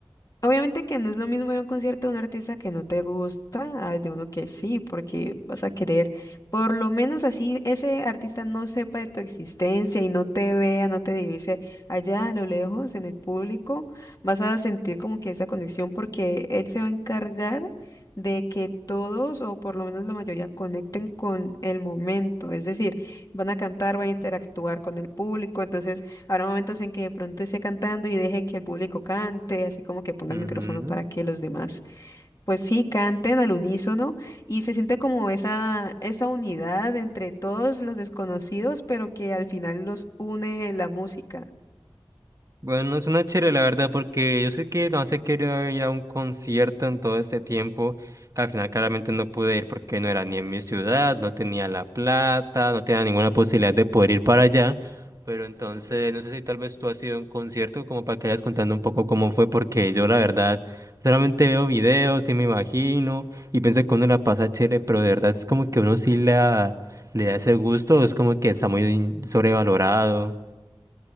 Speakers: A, on the left (about 40°); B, on the right (about 35°).
A: obviamente que no es lo mismo ir a un concierto de un artista que no te gusta al de uno que sí, porque vas a querer, por lo menos así ese artista no sepa de tu existencia y no te vea, no te divise allá a lo lejos en el público, vas a sentir como que esa conexión porque él se va a encargar de que todos o por lo menos la mayoría conecten con el momento, es decir, van a cantar, van a interactuar con el público, entonces... Habrá momentos en que de pronto esté cantando y deje que el público cante, así como que ponga
B: Ujú.
A: el micrófono para que los demás, pues sí, canten al unísono y se siente como esa, esa unidad entre todos los desconocidos, pero que al final los une la música.
B: Bueno, suena chévere la verdad, porque yo sé que no se quería ir a un concierto en todo este tiempo, que al final claramente no pude ir porque no era ni en mi ciudad, no tenía la plata, no tenía ninguna posibilidad de poder ir para allá. Pero entonces, no sé si tal vez tú has ido a un concierto como para que vayas contando un poco cómo fue, porque yo la verdad solamente veo videos y me imagino y pienso que uno la pasa chévere, pero de verdad es como que uno sí la, le da ese gusto, es como que está muy sobrevalorado.